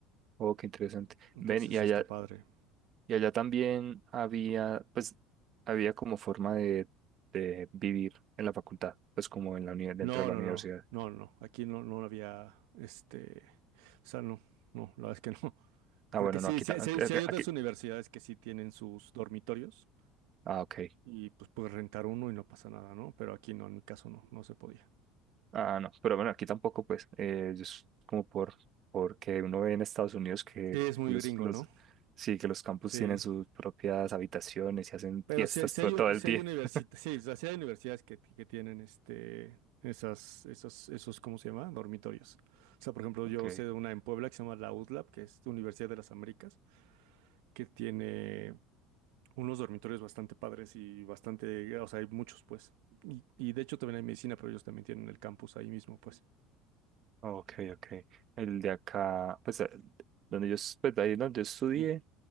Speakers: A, on the right (about 35°); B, on the right (about 75°).
A: oh, qué interesante.
B: Entonces
A: Ven, y allá,
B: está padre.
A: y allá también había, pues, había como forma de, de vivir en la facultad, pues como en la uni- dentro
B: No,
A: de la
B: no,
A: universidad.
B: no, no, no. Aquí no, no había, este, o sea, no, no, la verdad es que <laughs> no.
A: Ah,
B: Porque
A: bueno,
B: sí,
A: no, aquí,
B: sí,
A: ta-
B: sí-
A: eh,
B: sí hay
A: eh,
B: otras
A: aquí,
B: universidades que sí tienen sus dormitorios
A: ah, ok.
B: y pues puedes rentar uno y no pasa nada, ¿no? Pero aquí no, en mi caso no, no se podía.
A: Ah, no, pero bueno, aquí tampoco, pues, eh, yo es como por, porque uno ve en Estados Unidos que
B: Sí, es muy
A: los,
B: gringo,
A: los,
B: ¿no?
A: sí, que los campus
B: Sí,
A: tienen sus propias habitaciones y hacen
B: Pero
A: fiestas
B: sí, sí
A: todo,
B: hay,
A: todo
B: u-
A: el
B: sí
A: día.
B: hay universita-
A: <laughs>
B: sí, o sea, sí hay universidades que, que tienen este, esas, esos, esos, ¿cómo se llama? Dormitorios. O sea, por ejemplo,
A: Ok.
B: yo sé de una en Puebla que se llama la UDLAP, que es Universidad de las Américas, que tiene unos dormitorios bastante padres y bastante, o sea, hay muchos, pues. Y, y de hecho también hay medicina, pero ellos también tienen el campus ahí mismo, pues.
A: Ok, ok. El de acá, pues eh, donde yo, es- pues, ahí donde yo estudié,
B: Sí.